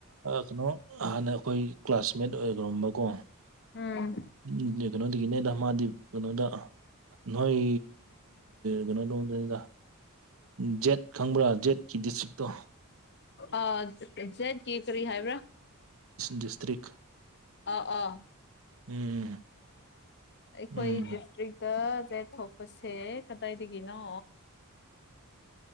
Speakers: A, on the right; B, on the left.
A: ꯀꯩꯅꯣ ꯍꯥꯟꯅ ꯑꯩꯈꯣꯏ ꯀ꯭ꯂꯥꯁꯃꯦꯠ ꯑꯣꯏꯈꯔꯝꯕꯀꯣ
B: ꯎꯝ
A: ꯎꯝ ꯀꯩꯅꯣꯗꯒꯤꯅꯦꯗ ꯃꯥꯗꯤ ꯀꯩꯅꯣꯗ ꯅꯣꯏ ꯀꯩꯅꯣ ꯅꯗꯅꯤꯗ <inaudible> ꯖꯦꯠ ꯈꯪꯕ꯭ꯔꯥ ꯖꯦꯠꯀꯤ ꯗꯤꯁꯇ꯭ꯔꯤꯛꯇꯣ
B: ꯑ ꯖꯦꯠ ꯀꯦ ꯀꯔꯤ ꯍꯥꯏꯕ꯭ꯔꯥ
A: ꯗꯤꯁꯇ꯭ꯔꯤꯛ
B: ꯑꯥ ꯑ
A: ꯎꯝ
B: ꯑꯩꯈꯣꯏ
A: ꯎꯝ
B: ꯗꯤꯁꯇ꯭ꯔꯤꯛꯇ ꯆꯦꯛ ꯊꯣꯛꯄꯁꯦ ꯀꯇꯥꯏꯗꯦꯒꯅꯣ